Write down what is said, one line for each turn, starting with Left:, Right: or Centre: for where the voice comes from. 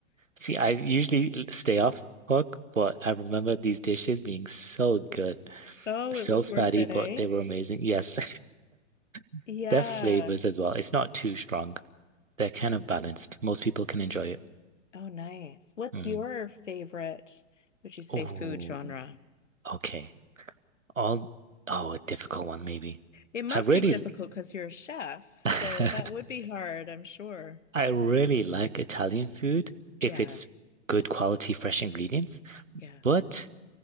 Right: See, I usually stay off pork, but I remember these dishes being so good,
Left: Oh,
Right: so
Left: it was
Right: fatty,
Left: worth it,
Right: but
Left: eh?
Right: they were Really? amazing. Yes, <laughs>
Left: Yeah.
Right: their flavors
Left: Right.
Right: as well. It's not too strong. They're kind of balanced. Most people can enjoy it.
Left: Oh, nice. What's
Right: Mm.
Left: your favorite, would you say,
Right: Oh,
Left: food genre?
Right: okay. All, oh, a difficult one maybe.
Left: It must
Right: I really,
Left: be difficult because you're a chef,
Right: <laughs>
Left: so
Right: I
Left: that would be hard, I'm sure.
Right: really like Italian food if
Left: Yes.
Right: it's good quality, fresh ingredients.
Left: Yes.
Right: But